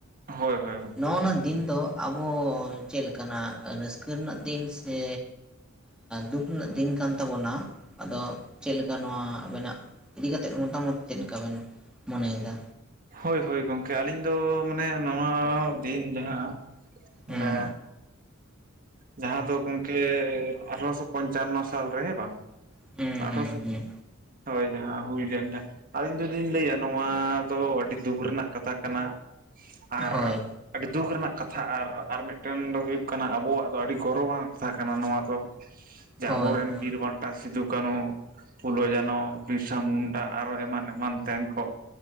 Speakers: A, on the right; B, in the centre.
A: ᱦᱳᱭ ᱦᱳᱭ
B: ᱱᱚᱜᱚ ᱱᱚᱣᱟ ᱫᱤᱱ ᱫᱚ ᱟᱵᱚ ᱪᱮᱫ ᱞᱮᱠᱟᱱᱟᱜ, ᱨᱟᱹᱥᱠᱟᱹ ᱨᱮᱱᱟᱜ ᱫᱤᱱ ᱥᱮ ᱫᱩᱠ ᱨᱮᱱᱟᱜ ᱫᱤᱱ ᱠᱟᱱ ᱛᱟᱵᱚᱱᱟ᱾ ᱟᱫᱚ ᱪᱮᱫ ᱞᱮᱠᱟ ᱱᱚᱣᱟ ᱟᱵᱮᱱᱟᱜ ᱤᱫᱤ ᱠᱟᱛᱮᱫ ᱢᱚᱴᱟ ᱢᱩᱴᱤ ᱪᱮᱫ ᱞᱮᱠᱟᱵᱮᱱ ᱢᱚᱱᱮᱭᱮᱫᱟ?
A: ᱦᱳᱭ ᱦᱳᱭ ᱜᱚᱢᱠᱮ, ᱟᱹᱞᱤᱧ ᱫᱚ ᱢᱟᱱᱮ ᱱᱚᱣᱟ ᱫᱤᱱ ᱡᱟᱦᱟᱸ ᱢᱟᱱᱮ
B: ᱦᱮᱸ
A: ᱡᱟᱦᱟᱸ ᱫᱚ ᱜᱚᱝᱠᱮ ᱟᱴᱷᱟᱨᱚᱥᱚ ᱯᱚᱪᱟᱱᱱᱚ ᱥᱟᱞ ᱨᱮ ᱵᱟᱝ
B: ᱦᱩᱸ ᱦᱩᱸ
A: ᱟᱴᱷᱚᱨ ᱥᱚ,
B: ᱦᱩᱸ
A: ᱦᱳᱭ ᱡᱟᱦᱟᱸ ᱦᱩᱭ ᱞᱮᱱ ᱟᱞᱤᱧ ᱡᱩᱫᱤᱧ ᱞᱟᱹᱭᱟ, ᱱᱚᱣᱟ ᱫᱚ ᱟᱹᱰᱤ ᱫᱩᱠ ᱨᱮᱱᱟᱜ ᱠᱟᱛᱷᱟ ᱠᱟᱱᱟ ᱟᱨ
B: ᱦᱳᱭ
A: ᱟᱹᱰᱤ ᱫᱩᱠ ᱨᱮᱱᱟᱜ ᱠᱟᱛᱷᱟ ᱟᱨ ᱟᱨ ᱢᱤᱫᱴᱮᱱ ᱫᱚ ᱦᱩᱭᱩᱜ ᱠᱟᱱᱟ ᱟᱵᱚᱣᱟᱜ ᱫᱚ ᱟᱹᱰᱤ ᱜᱚᱨᱚᱵᱟᱱ ᱠᱟᱛᱷᱟ ᱠᱟᱱᱟ ᱱᱚᱣᱟ ᱫᱚ᱾
B: <inaudible>
A: ᱟᱵᱚ ᱨᱮᱱ
B: ᱦᱳᱭ
A: ᱵᱤᱨ ᱵᱟᱱᱴᱟ ᱥᱤᱫᱩ ᱠᱟᱹᱱᱦᱩ, ᱯᱷᱩᱞᱳ-ᱡᱷᱟᱱᱚ, ᱵᱤᱨᱥᱟ ᱢᱩᱱᱰᱟ ᱟᱨᱚ ᱮᱢᱟᱱ ᱮᱢᱟᱱ ᱛᱮᱱ ᱠᱚ᱾